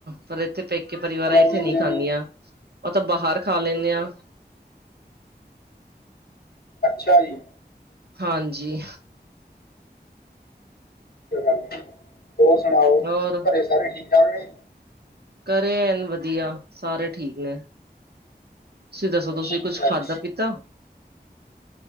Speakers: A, on the right; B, on the left.
A: ਪਰ ਇੱਥੇ ਪੇਕੇ ਪਰਿਵਾਰਾਂ,
B: ਬਿਰਿਆਨੀ
A: ਇੱਥੇ ਨਹੀਂ
B: ਬਿਰਿਆਨੀ
A: ਖਾਂਦੀਆਂ। ਉਹ ਤਾਂ ਬਾਹਰ ਖਾ ਲੈਂਦੇ ਹਾਂ।
B: ਅੱਛਾ, ਜੀ।
A: ਹਾਂਜੀ।
B: ਗੱਲ ਹੋਰ ਸੁਣਾਓ?
A: ਹੋਰ
B: ਘਰੇ ਸਾਰੇ ਠੀਕ- ਠਾਕ ਨੇ।
A: ਘਰੇ ਐਨ ਵਧੀਆ ਸਾਰੇ ਠੀਕ ਨੇ ਤੁਸੀਂ ਦੱਸੋ ਤੁਸੀਂ ਕੁੱਝ
B: ਅੱਛਾ
A: ਖਾਧਾ
B: ਜੀ
A: ਪੀਤਾ